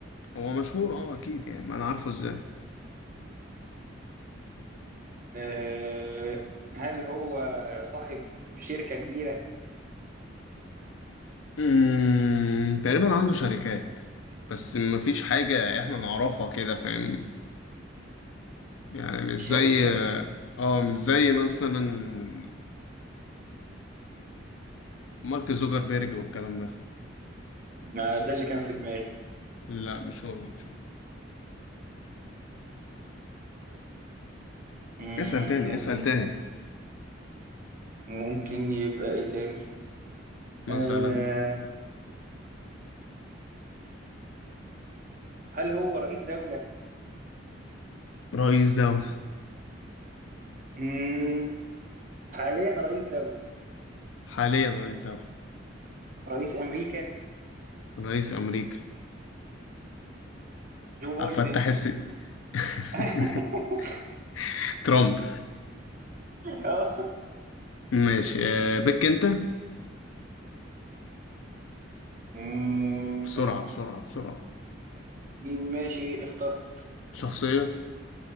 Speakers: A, on the left; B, on the right.
A: هو مشهور اه أكيد يعني ما أنا عارفه إزاي
B: آه، هل هو صاحب شركة كبيرة؟
A: أمم، تقريبا عنده شركات بس مفيش حاجة إحنا نعرفها كده فاهم يعني مش
B: شركة؟
A: زي اه مش زي مثلا مارك زوكربيرج والكلام ده
B: ما ده اللي كان في دماغي
A: لا مش هو مش هو
B: مم،
A: اسأل تاني
B: ممكن
A: اسأل تاني
B: ممكن يبقى ايه تاني؟
A: مثلا
B: آه، هل هو رئيس دولة؟
A: رئيس دولة
B: مم، حاليا رئيس دولة
A: حاليا رئيس دولة
B: رئيس أمريكا
A: رئيس أمريكا
B: جو بايدن
A: أفتح الس <laughs>
B: <laughs>
A: ترامب
B: اه
A: <laughs> ماشي آه، بك أنت
B: مم،
A: بسرعة بسرعة بسرعة
B: مين ماشي اخترت
A: شخصية